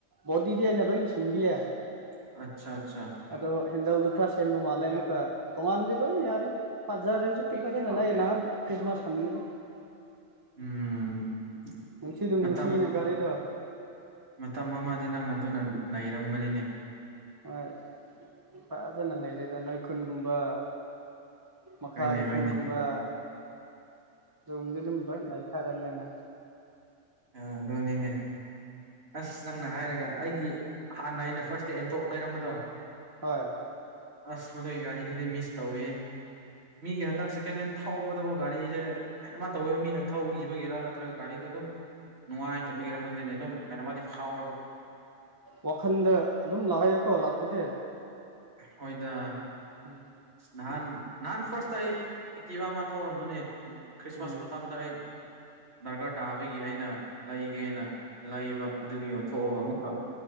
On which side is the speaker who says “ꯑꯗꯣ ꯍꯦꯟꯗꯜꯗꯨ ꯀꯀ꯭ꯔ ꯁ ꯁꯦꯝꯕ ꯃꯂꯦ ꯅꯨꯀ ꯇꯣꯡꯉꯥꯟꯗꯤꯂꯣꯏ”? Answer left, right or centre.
Right